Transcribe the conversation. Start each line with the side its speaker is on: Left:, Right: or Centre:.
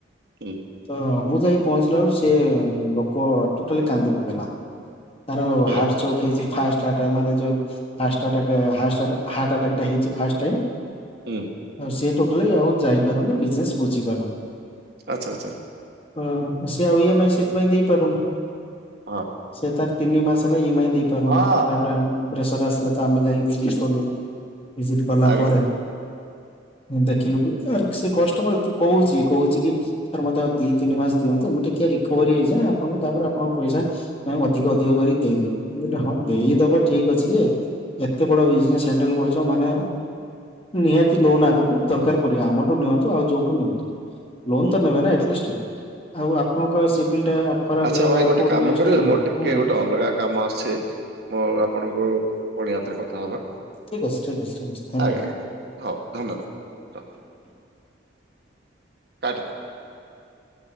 Right: ହୁଁ
Left: ତ ମୁଁ ଯାଇ ପହଞ୍ଚିଲା ବେଲୁ ସେ ଲୋକ ଟୋଟାଲି କାନ୍ଦି ପକେଇଲା। ତାର
Right: ହେଲା
Left: ହାଟଚୋକ୍ ହେଇଛି ପାସ୍ଟ ଆଟାକ୍ ମାନେ ଯ ଫାଷ୍ଟ ଆଟାକ୍ ହାଷ୍ଟ ଆଟାକ୍ ହଟଅଟାକ୍ ହେଇଛି ଫାଷ୍ଟ ଟାଇମ।
Right: ହୁଁ।
Left: ସେ ଟୋଟାଲି ଆଉ ଯାଇପାରୁନି ବିଜନେସ ବୁଝି ପାରୁନି।
Right: ଆଛା।
Left: ହଁ ସେ ଆଉ ଇ ଏମ ଆଇ ସେଥିପାଇଁ ଦେଇପାରୁନି।
Right: ହଁ।
Left: ସେ ତାର ତିନି ମାସ ହେଲା ଇ ଏମ ଆଇ ଦେଇ ପାରୁନି
Right: ହଁ
Left: ତାପରେ ପେସର ଆସିଲେ ତ ଆମେ ଯାଇକି ଭିଜିଟ କଲୁ ଭିଜିଟ୍ କଲା
Right: ଆଜ୍ଞା
Left: ପରେ ଦେଖିଲୁ କି ଆ ସେ କଷ୍ଟମରେ କହୁଛି କହୁଛି କି। ସର ମତେ ଆଉ ଦି ତିନି ମାସ ଦିଅନ୍ତୁ ମୁଁ ଟିକେ ରିକଭରି ହେଇଯାଏ ଆପଣଙ୍କୁ ତାପରେ ଆପଣଙ୍କ ପଇସା। ମାମ୍ ଅଧିକ ଅଧିକ କରି ଦେଇଦବି ମୁଁ କହିଲି ହଁ
Right: ହୁଁ
Left: ଦେଇଦବ ନି ଠିକ ଅଛି ଯେ ଏତେ ବଡ ବିଜନେସ ହଣ୍ଡେଲ କରୁଛ ମାନେ ନିହାତି ଲୋନ ଆଗକୁ ଦରକାର ପଡି ଆମଠୁ ନିଅନ୍ତୁ ଆଉ ଯଉଠୁ ନିଅନ୍ତୁ ଲୋନ
Right: ହୁଁ
Left: ତ ନେବେ ନା ଏଟଲିଷ୍ଟ। ଆଉ ଆପଣଙ୍କ
Right: ହୁଁ
Left: ସିଭିଲ୍ ଟା ଖରାପ
Right: ଆଚ୍ଛା
Left: ହେଇଗଲା
Right: ଭାଇ
Left: ଆଉ
Right: ଗୋଟେ
Left: କୋଉଠି
Right: କାମ
Left: ନେକ୍ସଟ୍
Right: କରିବେ
Left: ମିଳିବ
Right: ମୋର ଟିକେ
Left: ହୁ।
Right: ଗୋଟେ ଅଲଗା କାମ ଆସଛେ ମୁଁ ଆପଣଙ୍କୁ ପୁଣି ଆଉଥରେ କଥା ହବା।
Left: ଠିକ୍ଛି ଠିକ ଅ ଠିକଛି ଥ୍ୟାଙ୍କୟୁ।
Right: ଆଜ୍ଞା
Left: <unintelligible>
Right: ଆଜ୍ଞା ହଉ ଧନ୍ୟବାଦ ଧନ୍ୟବା। Cut